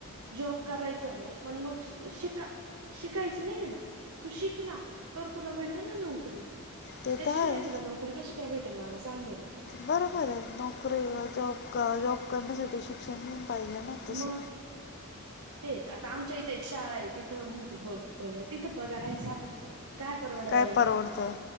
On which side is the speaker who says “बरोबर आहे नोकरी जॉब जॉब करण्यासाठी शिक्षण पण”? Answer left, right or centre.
Left